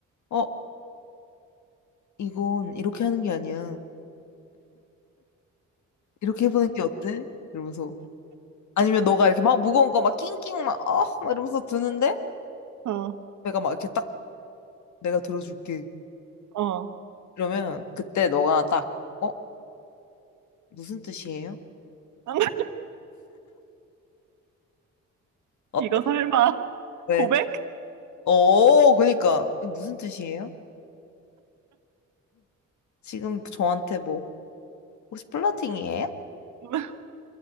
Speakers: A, on the left; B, on the right.
A: 어, 이건 이렇게 하는 게 아니야. 이렇게 해보는 게 어때? 이러면서. 아니면 너가 이렇게 막 무거운 거 막 낑낑 막, 어, 막 이러면서 드는데,
B: 어,
A: 내가 막 이렇게 딱 내가 들어줄게.
B: 어.
A: 그러면 그때 너가 딱, 어, 무슨 뜻이에요?
B: <laughs>
A: 어때?
B: 이거 설마
A: 왜?
B: 고백?
A: 어, 그니까. 이게 무슨 뜻이에요? 지금 저한테 뭐, 혹시 플러팅이에요?
B: <laughs>